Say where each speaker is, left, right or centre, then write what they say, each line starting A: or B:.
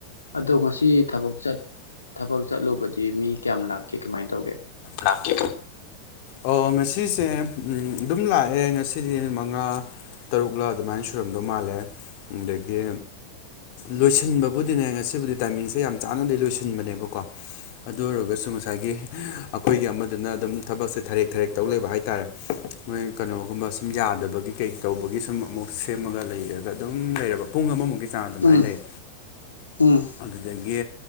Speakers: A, on the left; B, on the left.
A: ꯑꯗꯣ ꯉꯁꯤ ꯊꯕꯛ ꯆꯠ ꯊꯕꯛ ꯆꯠꯂꯨꯕꯗꯤ ꯃꯤ ꯀꯌꯥꯝ ꯂꯥꯛꯀꯦ ꯀꯃꯥꯏꯅ ꯇꯧꯒꯦ
B: ꯂꯥꯛꯀꯦ ꯑꯣ ꯉꯁꯤꯁꯦ ꯑꯗꯨꯝ ꯂꯥꯛꯑꯦ ꯉꯁꯤꯗꯤ ꯃꯉꯥ ꯇꯔꯨꯛꯂ ꯑꯗꯨꯃꯥꯏꯅ ꯁꯨꯔꯝꯗꯧ ꯃꯥꯜꯂꯦ ꯑꯗꯒꯤ ꯂꯣꯏꯁꯤꯟꯕꯕꯨꯗꯤꯅꯦ ꯉꯁꯤꯕꯨꯗꯤ ꯇꯥꯏꯃꯤꯡꯁꯦ ꯌꯥꯝ ꯆꯥꯅꯗꯤ ꯂꯣꯏꯁꯤꯟꯕꯅꯦꯕꯀꯣ ꯑꯗꯨ ꯑꯣꯏꯔꯒꯁꯨ ꯉꯁꯥꯏꯒꯤ ꯑꯩꯈꯣꯏꯒꯤ ꯑꯃꯗꯅ ꯑꯗꯨꯝ ꯊꯕꯛꯁꯦ ꯊꯔꯦꯛ ꯊꯔꯦꯛ ꯇꯧ ꯂꯩꯕ ꯍꯥꯏꯇꯥꯔꯦ ꯃꯣꯏ ꯀꯩꯅꯣꯒꯨꯝꯕ ꯁꯨꯝ ꯌꯥꯗꯕꯒꯤ ꯀꯩ ꯇꯧꯕꯒꯤ ꯁꯨꯝ ꯑꯃꯨꯛ ꯁꯦꯝꯃꯒ ꯂꯩꯔꯒ ꯑꯗꯨꯝ ꯂꯩꯔꯕ ꯄꯨꯡ ꯑꯃꯃꯨꯛꯀꯤ ꯆꯥꯡ ꯑꯗꯨꯃꯥꯏꯅ
A: ꯎꯝ
B: ꯂꯩ
A: ꯎꯝ
B: ꯑꯗꯨꯗꯒꯤ